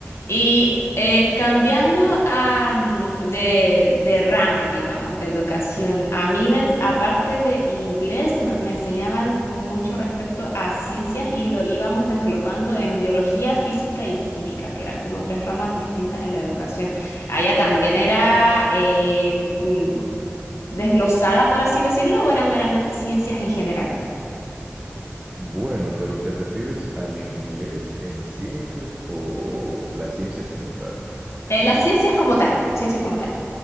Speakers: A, on the left; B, on the right.
A: Y eh, cambiando a, mm, de, de rama, digamos, de educación, a mí, me ens- aparte de inglés, no- me enseñaban mucho respecto a ciencias y lo íbamos desglobando en biología, física y química, que eran como tres ramas distintas en la educación. Allá también era... eh, mm, desglosada, por así decirlo, o eran meramente ciencias en general?
B: Bueno, pero ¿te refieres al inglés en ciencias o las ciencias como tal?
A: Eh, las ciencias como tal, ciencias como tal.